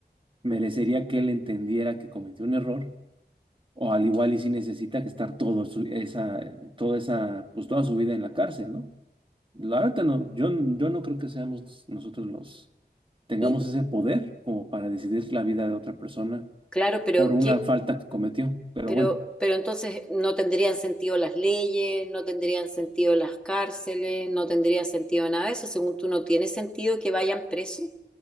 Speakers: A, on the right (about 30°); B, in the centre.
A: merecería que él entendiera que cometió un error, o al igual y si necesita que estar todo su- esa, toda esa, pues toda su vida en la cárcel, ¿no? La verdad no, yo, yo no creo que seamos nosotros los, tengamos
B: y,
A: ese poder como para decidir la vida de otra persona
B: claro, pero
A: por una
B: ¿qué-
A: falta que cometió. Pero
B: Pero,
A: bueno,
B: pero entonces no tendrían sentido las leyes, no tendrían sentido las cárceles, no tendría sentido nada de eso. Según tú, no tiene sentido que vayan presos,